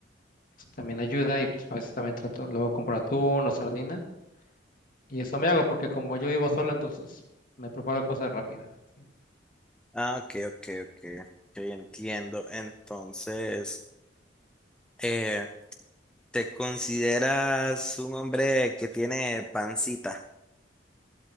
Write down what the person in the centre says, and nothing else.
Ah, ok, ok, ok. Ok, entiendo. Entonces, eh, ¿te consideras un hombre que tiene pancita?